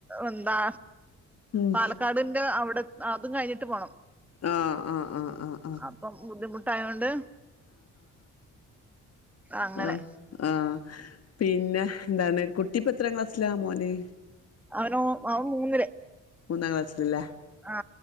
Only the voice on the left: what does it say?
ഉം
ആഹ് ആഹ് ആഹ് ആഹ്
ആഹ ആഹ പിന്നെ എന്താണ് കുട്ടി പ്പം എത്ര ക്ലാസ്സിലാ മോന്
മൂന്നാം ക്ലാസ്സിലല്ലേ